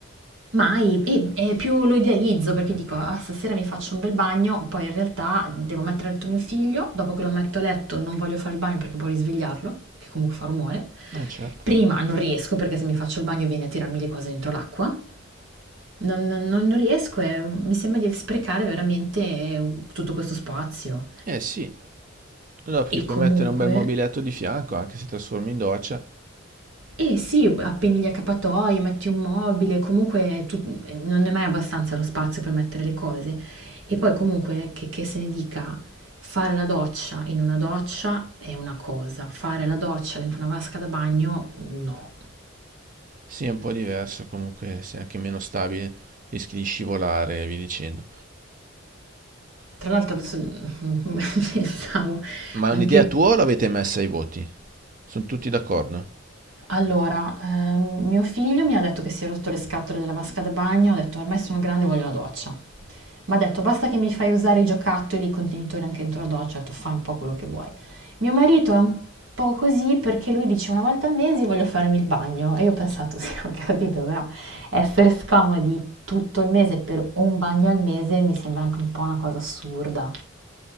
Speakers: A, on the right; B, on the right.
A: Mai, e, e più lo idealizzo perché dico, ah, stasera mi faccio un bel bagno, poi in realtà devo mettere a letto mio figlio, dopo che lo metto a letto non voglio fare il bagno perché può risvegliarlo, che comunque fa rumore.
B: Eh certo.
A: Prima non riesco perché se mi faccio il bagno viene a tirarmi le cose dentro l'acqua. Non, non- non riesco, è- mi sembra di sprecare veramente tutto questo spazio.
B: Eh sì, allora gli
A: E
B: puoi
A: comunque,
B: mettere un bel mobiletto di fianco, anche se trasformi in doccia.
A: eh sì, appendi gli accappatoi, metti un mobile, comunque tu- eh, non è mai abbastanza lo spazio per mettere le cose. E poi comunque, che, che se ne dica, fare la doccia in una doccia è una cosa, fare la doccia dentro una vasca da bagno, no.
B: Sì, è un po' diverso, comunque sei anche meno stabile, rischi di scivolare e via dicendo.
A: Tra l'altro adesso <laughs> pensavo
B: Ma è
A: anche
B: un'idea tua o l'avete messa ai voti? Sono tutti d'accordo?
A: Allora, ehm, mio figlio mi ha detto che si è rotto le scatole della vasca da bagno, ho detto ormai sono grande, voglio la doccia. Mi ha detto basta che mi fai usare i giocattoli, i contenitori anche dentro la doccia, ho detto fai un po' quello che vuoi. Mio marito è un po' così perché lui dice una volta al mese voglio farmi il bagno e io ho pensato <laughs> sì, ho capito, però essere scomodi tutto il mese per un bagno al mese mi sembra anche un po' una cosa assurda.